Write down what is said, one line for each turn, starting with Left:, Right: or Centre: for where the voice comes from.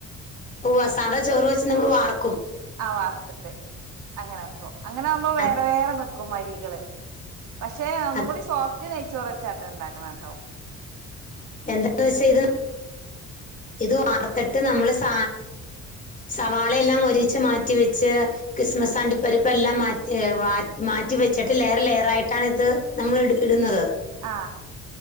Left: ഉവ്വ സാധാ ചോറ് വെച്ച് നമ്മൾ വാർക്കും
Right: ആ വാർത്തിട്ട് അങ്ങനൊക്കും അങ്ങനെ ആവുമ്പോ വേറെ
Left: അത്
Right: വേറെ വെ ക്കുമരികള് പക്ഷെ ഒന്നും
Left: അത്
Right: കൂടി സോഫ്റ്റ് നെയി ചൊറച്ചാട്ട ണ്ടാക്കണം ട്ടോ
Left: എന്താന്ന് വച്ചാ ഇത് ഇത് വറുത്തിട്ട് നമ്മൾ സ സവാളയെല്ലാം മൊരിയിച്ച് മാറ്റി വെച്ച് കിസ്മസ് അണ്ടിപ്പരിപ്പ് എല്ലാം മാറ്റി മാറ്റി വെച്ചിട്ട് ലെയർ ലെയർ ആയിട്ടാണ് ഇത് നമ്മള് ഇ ഇടുന്നത്
Right: ആ